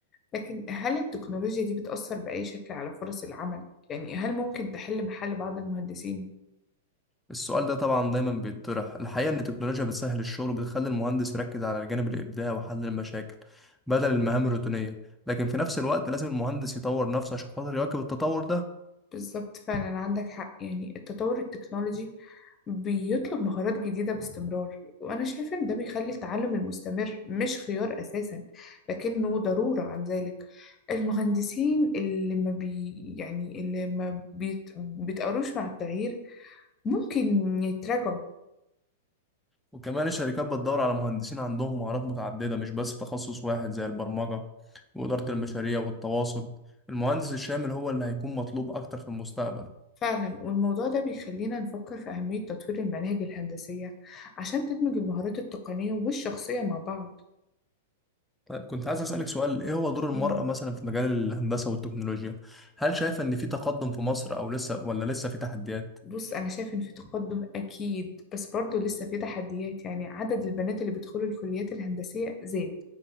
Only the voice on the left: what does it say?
لكن هل التكنولوجيا دي بتأثر بأي شكل على فرص العمل؟ يعني هل ممكن تحل محل بعض المهندسين؟
بالظبط فعلا عندك حق يعني التطور التكنولوجي بيطلب مهارات جديدة باستمرار وأنا شايفة إن ده بيخلي التعلم المستمر مش خيار أساسا لكنه ضرورة عن ذلك المهندسين اللي ما بي يعني اللي ما بيت... بيتقروش مع التغيير ممكن يتراجعوا
فعلا والموضوع ده بيخلينا نفكر في أهمية تطوير المناهج الهندسية عشان تدمج المهارات التقنية والشخصية مع بعض
يعني
بص أنا شايف إن في تقدم أكيد بس برضه لسه في تحديات يعني عدد البنات اللي بيدخلوا الكليات الهندسية زاد